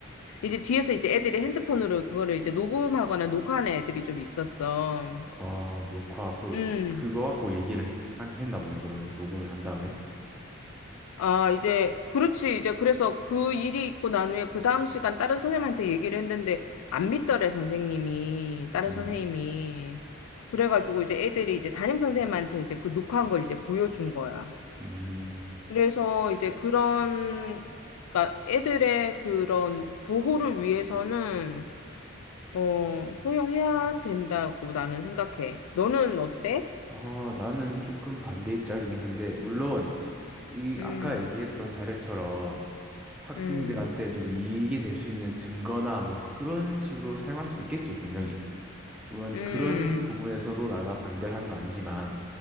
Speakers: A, on the left (about 85°); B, in the centre.
A: 이제 뒤에서 이제 애들이 핸드폰으로 그거를 이제 녹음하거나 녹화하는 애들이 좀 있었어.
B: 아, 녹화, 그,
A: 음.
B: 그거 갖고 얘기를 한, 했나 보네, 그러면. 녹음을 한 다음에.
A: 아, 이제 그렇지. 이제 그래서 그 일이 있고 난 후에 그 다음 시간 다른 선생님한테 얘기를 했는데 안 믿더래 선생님이 다른
B: 음,
A: 선생님이 그래가지고 이제 애들이 이제 담임 선생님한테 이제 그 녹화한 걸 이제 보여준 거야.
B: 음,
A: 그래서 이제 그런, 그러니까 애들의 그런 보호를 위해서는, 어, 허용해야 된다고 나는 생각해. 너는 어때?
B: 아, 나는 조금 반대 입장이긴 한데, 물론, 이,
A: 음,
B: 아까 얘기했던 사례처럼, 학생들한테
A: 음,
B: 좀 이익이 될 수 있는 증거나 뭐 그런 식으로 사용할 수 있겠지, 분명히. 물론
A: 음,
B: 그런 부분에서도 나가 반대를 하는 거 아니지만,